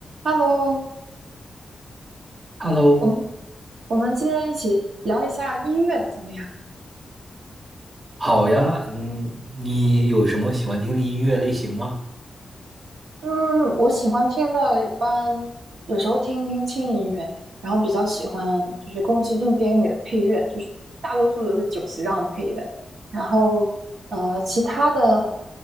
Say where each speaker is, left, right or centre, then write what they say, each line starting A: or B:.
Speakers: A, on the right; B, on the right.
A: Hello，
B: Hello，
A: 我们我们今天一起聊一下音乐怎么样？
B: 好呀，嗯，你有什么喜欢听的音乐类型吗？
A: 嗯，我喜欢听的，一般有时候听一听轻音乐，然后比较喜欢就是宫崎骏电影里的配乐，就是大多数都是久石让配的。然后呃，其他的